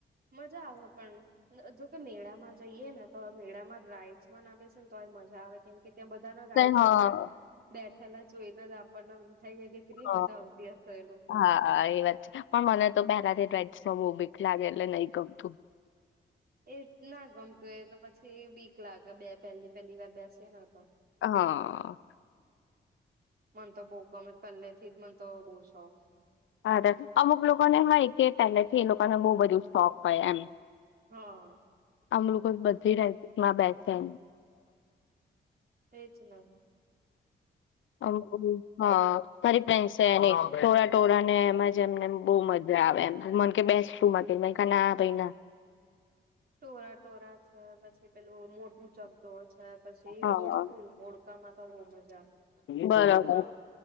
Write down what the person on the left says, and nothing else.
તે હા
હ
હા એ વાત છે પણ મને તો પહેલાથી જ રાઈ જવું બીખ લાગે એટલે નહી ગમતું.
હા.
હા અમુક લોકોને હય કે પહેલેથી એ લોકોને બહુ બધું સોખ હોય એમ
આમ લોકો બધીમાં બેસે
<unintelligible> હા. તારી ફ્રેન્ડ સે ને ટોળા ટોળા ને એમજ એમને બો મજા આવે એમ. મન કે બેસ <unintelligible> મે ક ના ભાઈ ના.
હા
બરાબર